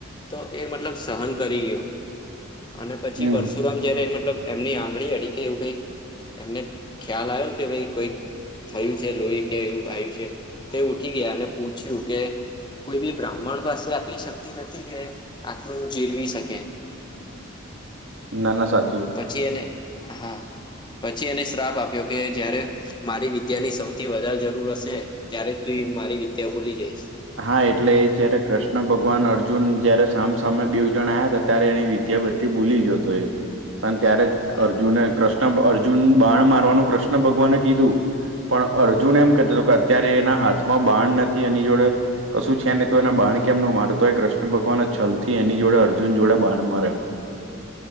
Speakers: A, on the left; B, on the right.
A: તો એ મતલબ સહન કરી ગયો અને પછી
B: હમ
A: પરશુરામ જ્યારે મતલબ એમની આંગળી અડી કે એવું કાંઈક એમને ખ્યાલ આવ્યોને કે ભાય કોઈક થયું છે, લોહી કે એવું આવ્યું છે, તો એ ઉઠી ગયા. અને પૂછ યુ કે કોઈ બી બ્રાહ્મણ પાસે આટલી શક્તિ નથી કે આટલું એ જીરવી શકે
B: ના ના સા
A: પછી એને હા પછી એને શ્રાપ આપ્યો કે જ્યારે મારી વિદ્યાની સૌથી વધારે જરૂર હશે ત્યારે જ તું મારી વિદ્યા ભૂલી જઈશ.
B: હા એટલે એ જયારે કૃષ્ણ ભગવાન અર્જુન જયારે સામસામે બેઉ જણ આયા હતા. ત્યારે એની વિદ્યા બધી તે ભૂલી ગયો તો એ અને ત્યારે જ
A: હા
B: અર્જુને કૃષ્ણ <unintelligible> અર્જુન બાણ મારવાનું કૃષ્ણ ભગવાને કીધું પણ અર્જુન એમ કેતો તો કે અત્યારે એના હાથમાં બાણ નથી એની જોડે કશું છે નઈ તો એને બાણ કેમ નુ માર્યું તો હોય કૃષ્ણ ભગવાને છલ થી એની જોડે અર્જુન જોડે બાણ મરાયુ.